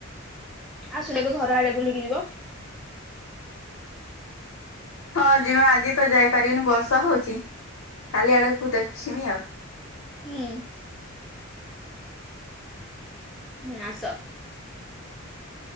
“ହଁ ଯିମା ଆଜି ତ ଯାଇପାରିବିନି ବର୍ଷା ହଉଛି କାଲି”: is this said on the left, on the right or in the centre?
Left